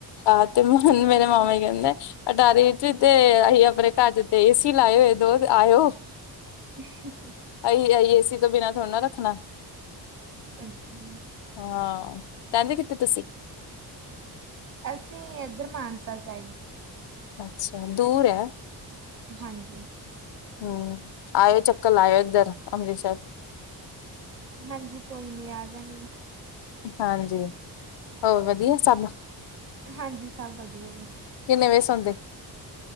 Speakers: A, on the left; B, on the right.
A: ਹਾਂ ਤੇ ਹੁਣ ਮੇਰੇ ਮਾਮਾ ਜ ਕਹਿੰਦਾ ਅਟਾਰੀ ਵਿੱਚ ਤੇ, ਆਹੀਂ ਆਪਣੇ ਘਰ 'ਚ ਤੇ ਏਸੀ ਲਾਏ ਓਏ ਦੋ ਆਇਓ।
B: <unintelligible>
A: ਆਹੀਂ ਅਹੀ ਏਸੀ ਤੋਂ ਬਿਨਾ ਥੋੜਾ ਨਾ ਰੱਖਣਾ।
B: ਅੱਛਾ।
A: ਹਾਂ, <unintelligible> ਕਿੱਥੇ ਤੁਸੀਂ?
B: ਅਸੀਂ ਏਧਰ ਮਾਨਸਾ ਸਾਹਿਬ।
A: ਅੱਛਾ, ਦੂਰ ਐ।
B: ਹਾਂਜੀ।
A: ਹੂੰ, ਆਇਓ ਚੱਕਰ ਲਾਇਓ, ਏਧਰ ਅੰਮ੍ਰਿਤਸਰ।
B: ਹਾਂਜੀ, ਕੋਈ ਨੀ ਆਜਾਗੀਂ।
A: ਹਾਂਜੀ, ਹੋਰ ਵਧੀਆ ਸਭ।
B: ਹਾਂਜੀ ਸਭ ਵਧੀਆ ਜੀ।
A: ਕਿੰਨੇ ਵਜੇ ਸੋਂਦੇ?